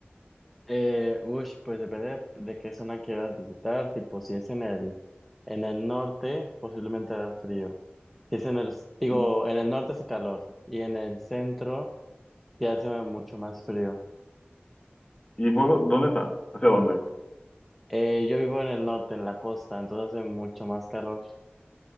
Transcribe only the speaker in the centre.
Eh, uy, pues depende de, qué zona quieras visitar, tipo si es en el, en el norte, posiblemente hará frío. Si es en el, digo,
en el norte hace calor y en el centro ya hace mucho más frío.
Eh, yo vivo en el norte, en la costa, entonces hace mucho más calor.